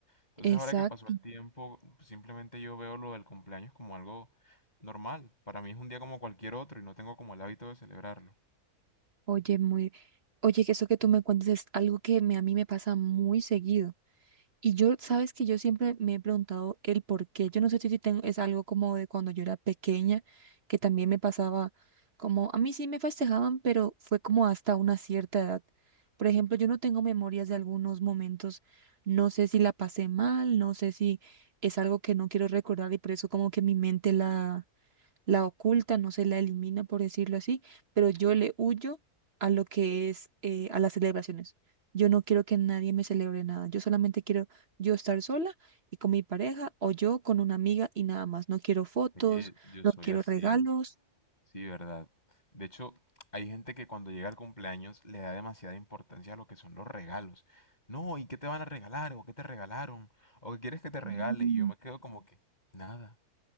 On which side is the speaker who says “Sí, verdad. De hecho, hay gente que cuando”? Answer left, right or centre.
Left